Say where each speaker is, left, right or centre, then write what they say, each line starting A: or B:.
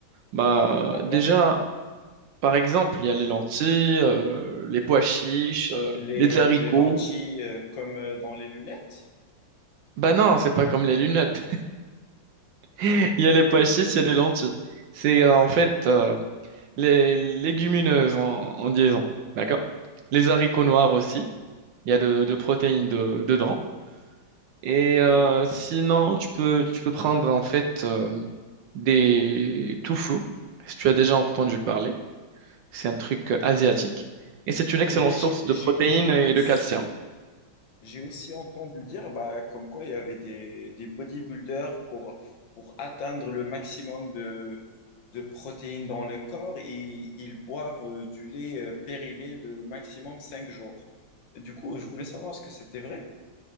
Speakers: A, on the right (about 70°); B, on the left (about 70°).
A: Bah,
B: d'accord.
A: déjà, par exemple, il y a les lentilles, euh, les pois chiches, euh,
B: Les,
A: les haricots.
B: les lentilles euh, comme euh, dans les lunettes?
A: Bah non, c'est pas comme les lunettes. <laughs> Il y a les pois chiches, il y a les lentilles. C'est euh, en fait euh, les légumineuses en, en liaison, d'accord? Les haricots noirs
B: D'accord.
A: aussi, il y a de, de protéines
B: OK.
A: de- dedans. Et
B: Oui.
A: euh, sinon, tu peux, tu peux prendre en fait euh, des tofu, si tu as déjà entendu parler. C'est un truc euh, asiatique. Et c'est une excellente
B: Et
A: source
B: j'ai
A: de
B: j'ai-
A: protéines
B: j'ai
A: et
B: aussi,
A: de calcium.
B: j'ai aussi entendu dire bah, comme quoi il y avait des, des bodybuilders pour, pour atteindre le maximum de, de protéines dans le corps et ils boivent euh, du lait euh, périmé de maximum 5 jours. Du coup, je voulais savoir est-ce que c'était vrai?